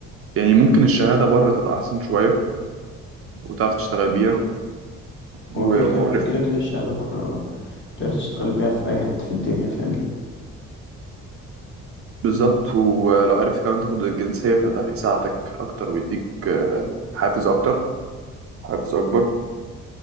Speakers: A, on the right; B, on the left.
A: يعني ممكن الشهادة بره تبقى أحسن شوية وتعرف تشتغل بيها
B: هو
A: ولو
B: كده كده
A: عرفت
B: كده كده الشهادة بره تقدر تشتغل بيها في أي حتة في الدنيا فاهمني
A: بالظبط ولو عرفت كمان تاخد الجنسية فده هيساعدك أكتر ويديك آه، حافز أكتر حافز أكبر